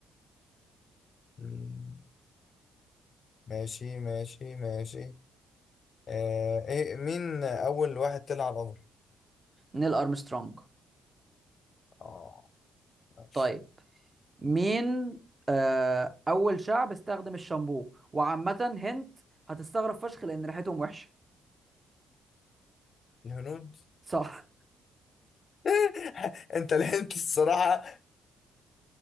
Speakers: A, on the left; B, on the right.
A: مم. ماشي ماشي ماشي آه ايه مين اول واحد طلع على القمر
B: نيل ارمسترونج
A: اه ماشي
B: طيب مين آه اول شعب استخدم الشامبو وعامة هنت هتستغرب فشخ لان ريحتهم وحشة
A: الهنود
B: صح
A: <laughs> انت لحنت الصراحة